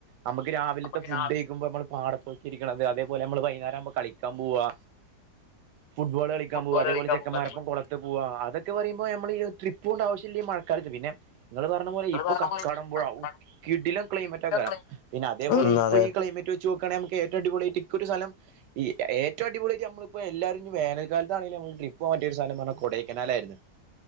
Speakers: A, on the right; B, on the left.
A: നമക്ക് രാവിലത്തെ
B: നമുക്ക്
A: ഫുഡയിക്കുമ്പോ
B: രാവിലെ
A: നമ്മൾ പാടത്തോക്കിരിക്കണത് അതേപോലെ നമ്മൾ വൈ ആരാഉമ്പ കളിക്കാൻപോവാ ഫുട്ബോൾ കളിക്കാൻ
B: ഫുട്ബോൾ
A: പോവാ അതേപോലെ
B: കളിക്കാൻ
A: ചെക്കാൻമാരെപ്പോ
B: പോകും അതേപോലെ
A: കോള ട്ട് പോവാ അതക്കെ പറയുമ്പോ നമ്മൾ ഈ ട്രിപ് ഓണ്ട ആശ്യല്ല്യ മാ കാലത്ത് പിന്നെ ങ്ങള് പറഞ്ഞ പോലെ
B: അത്
A: ഇപ്പൊ
B: പറഞ്ഞ
A: കക്കാടമ്പോഴവു
B: പോലെ ഇപ്പൊ കക്കാടം
A: കിടിലം ക്ലൈമറ്റൊക്കാരം
B: പൊഴേലെ ക്ലൈമറ്റ്
A: പിന്നെ അതേപോലെ
B: ഉം
A: ഇപ്പോ
B: അതെ
A: ക്ലൈമറ്റ് വെ വച്ച് നോക്കാണേ മ്മക്ക് ഏറ്റോ അടിപൊളി ആയിട്ട്ക്ക ഒരു സ്ഥലം ഈ ഏറ്റവും അടിപൊളിയ്ട്ട നമ്മളിപ്പോ എല്ലരും ഞ് വേനൽകാലതാനാണങ്കില് നമ്മ ട്രിപ്പ് പോവാൻറ്റിയ ഒരു സ്ഥലം പറഞ്ഞാ കൊടയ്ക്കനാലായിരുന്നു